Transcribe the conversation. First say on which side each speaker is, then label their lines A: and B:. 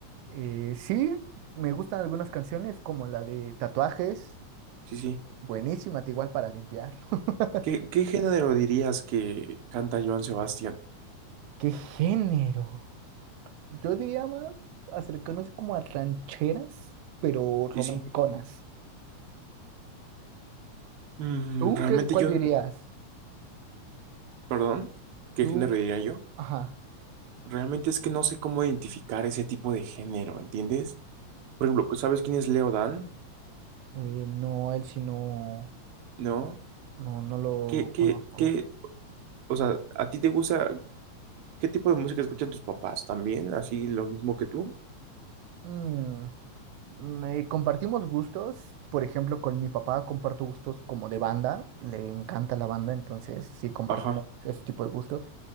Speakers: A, on the right; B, on the right.
A: Eh, sí, me gustan algunas canciones como la de Tatuajes,
B: Sí, sí.
A: buenísima, te igual para limpiar. <laughs>
B: ¿Qué, qué género dirías que canta Joan Sebastián?
A: ¿Qué género? Yo diría más acercarnos como a rancheras, pero romanticonas.
B: Sí, sí. Mm,
A: ¿Tú
B: realmente
A: qué, cuál
B: yo,
A: dirías?
B: n- perdón, ¿qué
A: Tú,
B: género diría yo?
A: ajá,
B: Realmente es que no sé cómo identificar ese tipo de género, ¿entiendes? Por ejemplo, ¿sabes quién es Leo Dan?
A: eh, no, a él sí no,
B: ¿No?
A: no, no lo
B: ¿Qué, qué,
A: conozco.
B: qué? O sea, ¿a ti te gusta qué tipo de música escuchan tus papás? ¿También así lo mismo que tú?
A: Mm, me- compartimos gustos, por ejemplo, con mi papá comparto gustos como de banda, le encanta la banda, entonces sí compartimos
B: Ajá,
A: ese tipo de gustos.